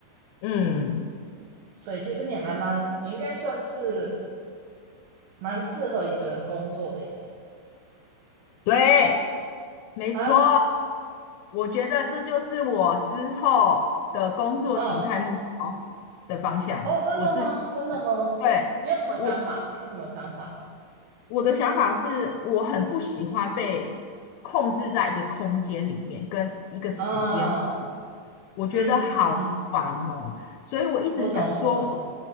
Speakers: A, on the left (about 85°); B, on the right (about 70°).
A: 嗯，
B: 对，其实你还蛮应该算是蛮适合一个人工作的耶
A: 对。没错，
B: 啊，
A: 我觉得这就是我之后的工作形态目标的方向。
B: 嗯。哦，真的吗？
A: 我自己，
B: 真的吗？
A: 对，
B: 你有什么想法？
A: 我，
B: 你有什么想法？
A: 我的想法是，我很不喜欢被控制在一个空间里面，跟一个时间，
B: 啊，
A: 我觉得好烦哦。
B: 嗯，
A: 所以我一直想说我，
B: 我懂，我懂，